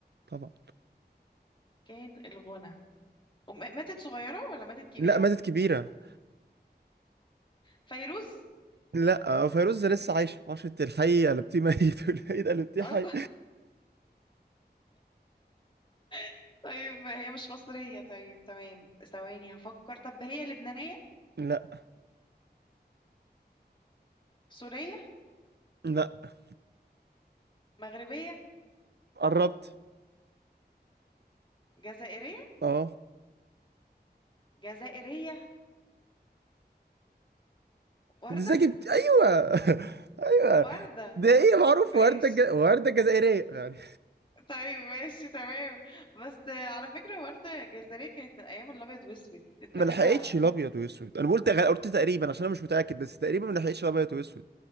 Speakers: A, on the right (about 70°); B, on the left (about 30°).
A: طبعا
B: كان الغنى وم- ماتت صغيرة ولا ماتت كبيرة
A: لا ماتت كبيرة
B: فيروز
A: لا فيروز لسه عايشة معرفش انت الحي قلبتيه ميت <laughs> والميت قلبتيه
B: أصلا
A: حي
B: <laughs> طيب هي مش مصرية طيب تمام ثواني هفكر طب هي لبنانية
A: لا
B: سورية
A: لا
B: مغربية
A: قربت
B: جزائرية
A: اه
B: جزائرية وردة
A: ازاي جبت ايوه <laughs> ايوه
B: وردة
A: ده ايه معروف
B: ماشي
A: وردة ج... وردة جزائرية يعني
B: طيب ماشي تمام بس آه، على فكرة وردة الجزائرية كانت من أيام الأبيض وأسود أنت
A: ما
B: كده
A: لحقتش الابيض واسود انا قلت غ... قلت تقريبا عشان انا مش متأكد بس تقريبا ما لحقتش الابيض واسود